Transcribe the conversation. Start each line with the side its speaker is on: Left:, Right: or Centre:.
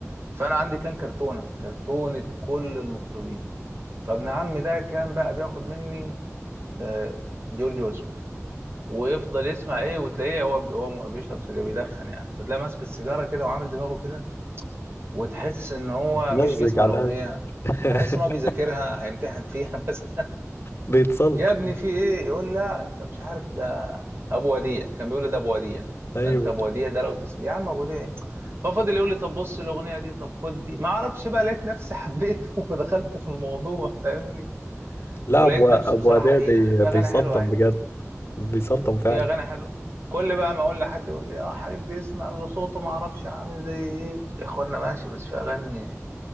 Right: فانا عندي كان كرتونه كرتونه كل المطربين فابن عمي ده كان بقى بياخد مني آه، جورج وسوف ويفضل يسمع ايه وتلاقيه هو هو بيشرب سجاير بيدخن يعني فتلاقيه ماسك السيجاره كده وعامل دماغه كده وتحس ان هو
Left: مزج
Right: مش بيسمع
Left: على
Right: الاغنيه
Left: الأقل <laughs>
Right: تحس ان هو بيذاكرها هيمتحن فيها <laughs> بس
Left: بيتسلطن
Right: يا ابني في ايه يقول لا انت مش عارف ده ابو وديع كان بيقول لي ده ابو وديع
Left: ايوه
Right: ده انت ابو وديع ده لو تسمع يا عم ابو وديع ايه ففضل يقول لي طب بص الاغنيه دي طب خد دي ما اعرفش بقى لقيت نفسي حبيته <laughs> ودخلت في الموضوع فاهمني
Left: لا
Right: ولقيت
Left: ابو ابو
Right: نفسي بصراحه
Left: وديع
Right: ايه
Left: بي...
Right: ده, ده في
Left: بيسلطن
Right: اغاني حلوه اهي
Left: بجد بيسلطن فعلا
Right: في اغاني حلوه كل بقى ما اقول لحد يقول لي اه حد يسمع اللي صوته ما اعرفش عامل زي ايه يا اخوانا ماشي بس في اغاني